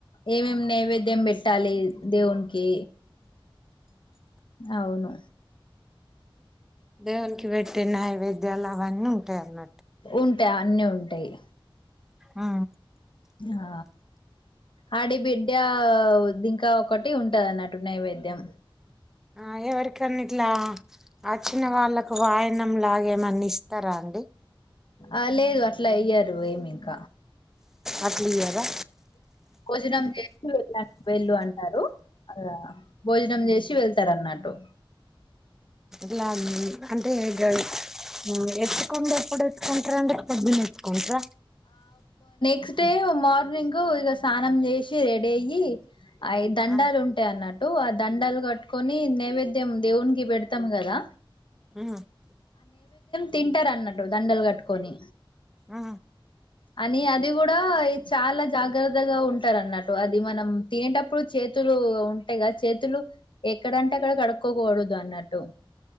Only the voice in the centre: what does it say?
దేవునికి పెట్టి నైవేద్యాలు అవన్నీ ఉంటాయ్ అన్న
ఆ
ఆ ఏవరికన్నీట్లా అచ్చిన వాళ్ళలకు వాయనం లాగేమన్న ఇస్తరా అండి
అట్లియ్యార
ఇలా అంటే గ ఉమ్ ఎతుకండు ఎప్పుడేత్ ఉంట్రండి ద్దున ఎత్తుకుంట్ర
ఆ
ఉ
ఆ